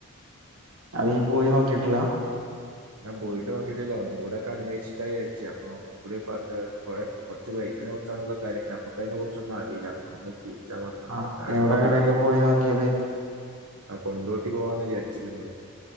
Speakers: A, on the right (about 60°); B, on the right (about 80°).
A: അത് യീ പോയി നോക്കിയിട്ടില്ല
B: ഞാൻ പോയിട്ട് നോക്കിട്ടില്ല ഒന്നു കൂടൊക്കെ അന്വേഷിക്കാന്ന്വിചാരിച്ചു അപ്പൊ കൂടി പറഞ്ഞത് കൊറേ കൊർച്ച് ബൈക്കിനെ കുറിച്ചാണുള്ള കാര്യങ്ങൾ നമുക്ക് അതിനെ കുറിച്ചൊന്നും അറീല ആ ഒന്ന് ചോയ്ച്ചമതി <unintelligible>
A: ആ എവിടെ കടയില് പോയി നോക്കിയത്
B: ആ കൊണ്ടോട്ടി പോവാന്നാ വിചാരിച്ചിരുന്നത്